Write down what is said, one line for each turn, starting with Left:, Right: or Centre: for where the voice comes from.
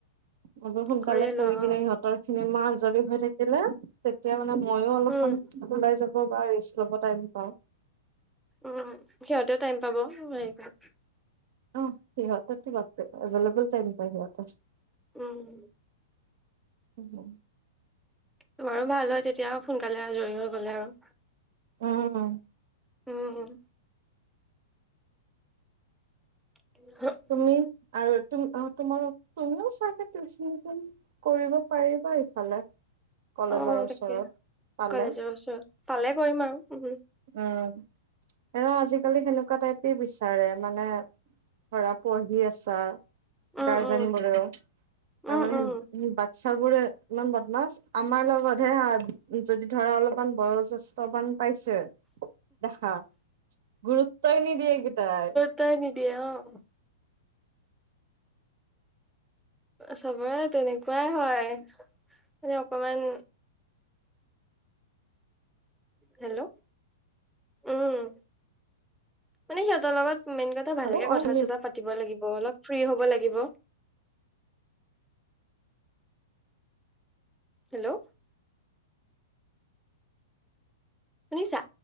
Right: <unintelligible>
Centre: কৰিয়ে লোৱা
Right: কৰি কিনে
Centre: অ
Right: ইহঁতৰ খিনে মাৰ আজৰি হৈ থাকিলে, তেতিয়া মানে মইয়ো অলপমান,
Centre: উম
Right: ওলাই যাব বা ৰেষ্ট ল'ব টাইম পাও।
Centre: উম, সিহঁতেও টাইম পাব হেইকাৰণ
Right: অহ, সিহঁতেতো বাপৰে-বা জ্বলাবল টাইম পাই সিহঁতে।
Centre: উম।
Right: উম, মম।
Centre: তোমাৰো ভাল হয় তেতিয়া সোনকালে আজৰি হৈ গ'লে আৰু।
Right: উম, উম।
Centre: উম, উম। <unintelligible>
Right: তুমি, আৰু তুমি অ' তোমালোক তুমিও চাগে টিউচনখন, কৰিব পাৰিবা ইফালে। কলেজৰ
Centre: অ'
Right: ওচৰত
Centre: তাকে,
Right: পালে
Centre: কলেজৰ ওচৰত, ফালে কৰিম আৰু উম।
Right: উম, এনেও আজিকালি সেনেকুৱা টাইপেই বিচাৰে মানে ধৰা পঢ়ি আছা,
Centre: উম
Right: গাৰ্জেন
Centre: উম
Right: বোৰেও,
Centre: উম
Right: আৰু মানেহেম
Centre: উম
Right: বাত্ চাবোৰে, ইমান বদমাছ। আমাৰ লগত হে আৰ, যদি ধৰা অলপমান বয়জ্যেষ্ঠবান পাইছে। দেখা, গুৰুত্বই নিদিয়ে একেইটাই।
Centre: ত্বই নিদিয়ে অ'। চবৰে তেনেকুৱাই হয়, মানে অকমান হেল্ল', উম, মানে সিহতৰ লগত মেইন কত তই ভালকে
Right: হেল্ল' অ
Centre: কথা-চথা
Right: শুনি
Centre: পাতিব লাগিব অলপ ফ্ৰী হ'ব লাগিব। হেল্ল' শুনিছা?